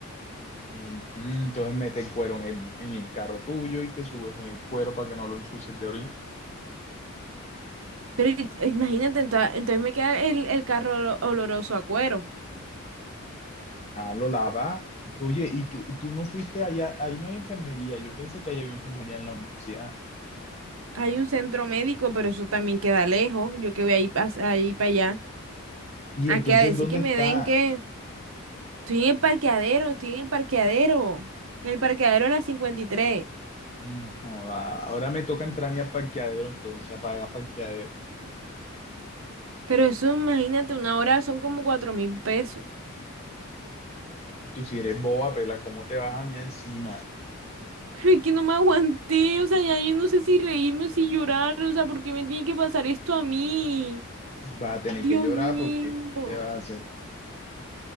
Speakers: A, on the left; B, on the right.
A: Ujú, Entonces mete el cuero en el, en el carro tuyo y te subes en el cuero para que no lo ensucies de orín.
B: Pero y- eh, imagínate, enta- entonces, me queda el, el carro olo- oloroso a cuero.
A: Ah, lo lava. Oye, ¿y tú, tú no fuiste allá? Ahí no hay enfermería. Yo pensé que ahí había enfermería en la universidad.
B: Hay un centro médico, pero eso también queda lejos. Yo que voy ahí, pas- ahí para allá.
A: ¿Y entonces
B: A que a decir
A: dónde
B: que
A: está?
B: me den que estoy en el parqueadero, estoy en el parqueadero. En el parqueadero a las cincuenta y tres
A: Mm, joda, Ahora me toca entrar a mi parqueadero, entonces apaga parqueadero.
B: Pero eso, imagínate, una hora son como cuatro mil pesos.
A: Tú si eres boba, pela, ¿cómo te vas a mí encima?
B: <laughs> Pero es que no me aguanté, o sea, ya yo no sé si reírme o si llorar, o sea, ¿por qué me tiene que pasar esto a mí?
A: Vas a tener
B: Dios
A: que llorar
B: mío.
A: porque te vas a hacer.